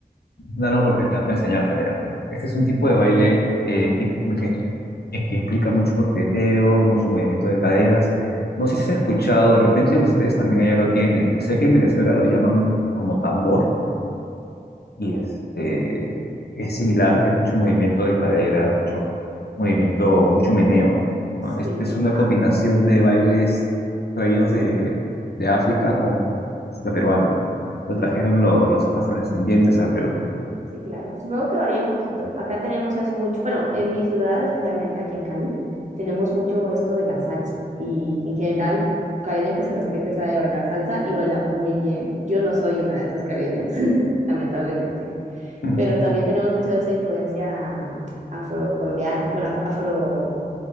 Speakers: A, on the left (about 80°); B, on the right (about 45°).
A: es una gran oportunidad para enseñarte. Mira, este es un tipo de baile eh, tip- que, eh, que implica mucho coqueteo, mucho movimiento de caderas. No sé si has escuchado, de repente ustedes también allá lo tienen. Sé que en Venezuela lo llaman como tambor. y este, es similar, que es mucho movimiento de cadera, mucho movimiento, mucho meneo,
B: Sí,
A: ¿no? Este es una
B: ah,
A: combinación de bailes traídos de, de África con música peruana. Lo
B: mm,
A: trajeron lo- los afrodescendientes al Perú.
B: sí, claro. Supongo que varía un poquito. Acá tenemos es mucho, bueno, en mi ciudad, especialmente aquí en Cali, tenemos mucho esto de la salsa. Y en general, caleño que se respete sabe bailar salsa y baila muy bien. Yo no soy una de esas caleñas, <laughs> lamentablemente.
A: <laughs>
B: Pero también tenemos mucha de esa influencia afrocolombiana, bueno, af- afro,